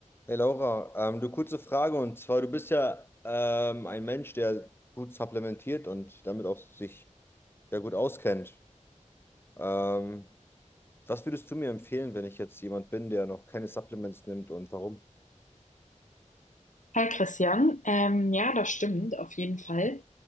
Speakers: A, on the left; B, on the left.
A: Hey Laura, ähm, du kurze Frage und zwar, du bist ja ähm, ein Mensch, der gut supplementiert und damit auch sich ja gut auskennt. Ähm, was würdest du mir empfehlen, wenn ich jetzt jemand bin, der noch keine Supplements nimmt und warum?
B: Hi Christian, ähm, ja, das stimmt auf jeden Fall.